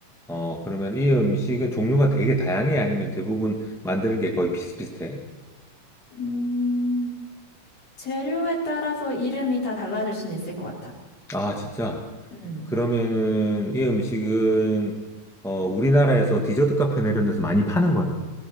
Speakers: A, in the centre; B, on the left.
A: 어, 그러면 이 음식은 종류가 되게 다양해? 아니면 대부분 만드는 게 거의 비슷비슷해?
B: 음, 재료에 따라서 이름이 다 달라질 수는 있을 것 같아.
A: 아, 진짜?
B: 음,
A: 그러면은 이 음식은 어, 우리나라에서 디저트 카페나 이런 데서 많이 파는 거야?